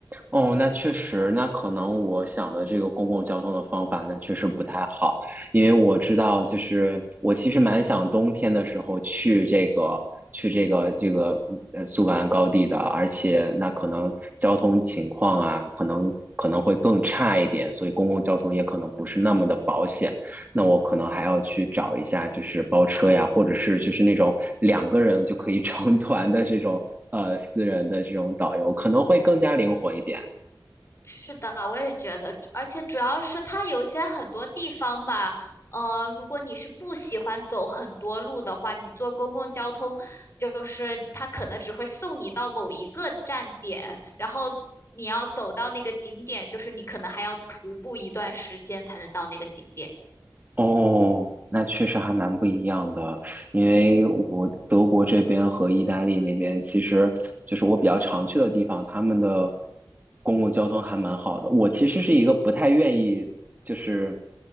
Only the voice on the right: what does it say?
哦，那确实，那可能我想的这个公共交通的方法，那确实不太好，因为我知道，就是我其实蛮想冬天的时候去这个去这个这个呃苏格兰高地的，而且那可能交通情况啊，可能可能会更差一点，所以公共交通也可能不是那么的保险，那我可能还要去找一下，就是包车呀，或者是就是那种两个人就可以 <laughs> 成团的这种呃私人的这种导游，可能会更加灵活一点。
哦，那确实还蛮不一样的，因为我德国这边和意大利那边，其实就是我比较常去的地方，他们的公共交通还蛮好的。我其实是一个不太愿意就是